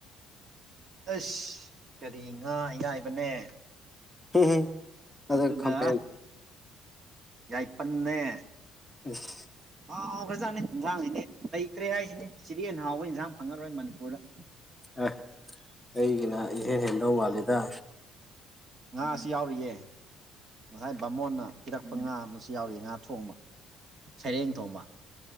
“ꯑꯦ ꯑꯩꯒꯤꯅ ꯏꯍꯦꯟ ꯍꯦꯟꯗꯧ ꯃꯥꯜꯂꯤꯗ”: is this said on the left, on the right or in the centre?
Centre